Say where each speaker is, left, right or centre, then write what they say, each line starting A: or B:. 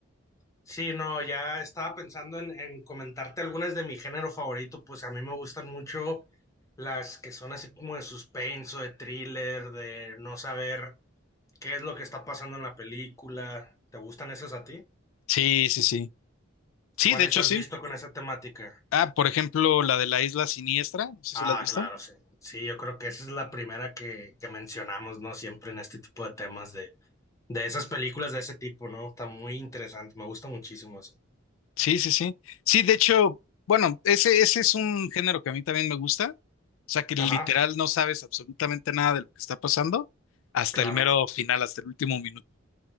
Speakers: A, on the left; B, on the left.
A: Sí, no, ya estaba pensando en, en comentarte algunas de mi género favorito, pues a mí me gustan mucho las que son así como de suspenso, de thriller, de no saber ¿Qué es lo que está pasando en la película? ¿Te gustan esas a ti?
B: Sí, sí, sí. Sí,
A: ¿Cuáles
B: de hecho
A: has
B: sí.
A: Sí, visto con esa temática?
B: Ah, por ejemplo, la de la Isla Siniestra, no sé
A: Ah,
B: si la has visto.
A: claro, sí. Sí, yo creo que esa es la primera que, que mencionamos, ¿no? Siempre en este tipo de temas de, de esas películas de ese tipo, ¿no? Está muy interesante, me gusta muchísimo eso.
B: Sí, sí, sí. Sí, de hecho, bueno, ese, ese es un género que a mí también me gusta. O sea, que literal
A: Ajá,
B: no sabes absolutamente nada de lo que está pasando hasta
A: claro.
B: el mero final, hasta el último minuto.